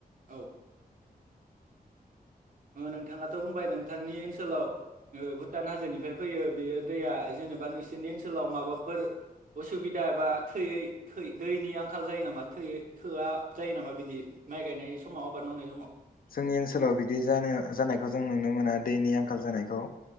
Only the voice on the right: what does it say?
औ ओ नोंथाङाथ' बुंबाय नोंथांनि ओनसोलाव ओ भुटान हाजोनिफ्राय फैयो बेयो दैया जेनेबा नोंसोरनि ओनसोलाव माबाफोर असुबिदा एबा थोयै थो दैनि आंखाल जायो नामा थोयै थोआ जायो नामा बिदि माइ गायनाय समाव आबाद मावनाय समाव